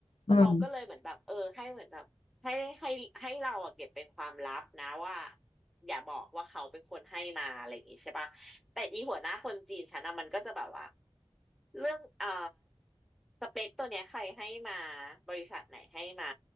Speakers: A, on the left; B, in the centre.
A: อ่า
B: เขาก็เลยเหมือนแบบเออให้เหมือนแบบ ให้ให้ให้เราอะเก็บเป็นความลับนะว่าอย่าบอกว่าเขาเป็นคนให้มาอะไรอย่างงี้ใช่ปะแต่อีหัวหน้าคนจีนฉันอะมันก็จะแบบว่าเรื่องอ่าสเปคตัวเนี้ยใครให้มาบริษัทไหนให้มา